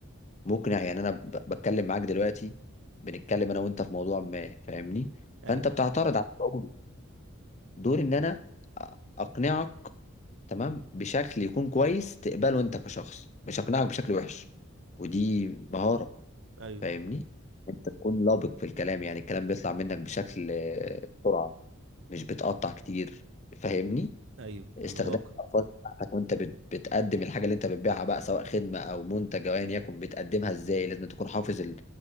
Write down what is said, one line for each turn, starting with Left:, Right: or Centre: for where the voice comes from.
Left: مقنع يعني انا ب- بتكلم معاك دلوقتي بنتكلم انا وانت في موضوع ما فاهمني فانت
Right: ايوه
Left: بتعترض على قولي دوري ان انا أ- اقنعك تمام بشكل يكون كويس تقبله انت كشخص مش اقنعك بشكل وحش ودي مهارة
Right: ايوه
Left: فاهمني انت تكون لابق في الكلام يعني الكلام بيطلع منك بشكل آه، بسرعة مش بتقطع كتير فاهمني
Right: ايوه
Left: استخدام
Right: اللباقه
Left: الالفاظ بتاعتك وانت بت- بتقدم الحاجه اللي انت بتبيعها بقى سواء خدمه او منتج او ايا يكن بتقدمها ازاي لازم تكون حافظ ال-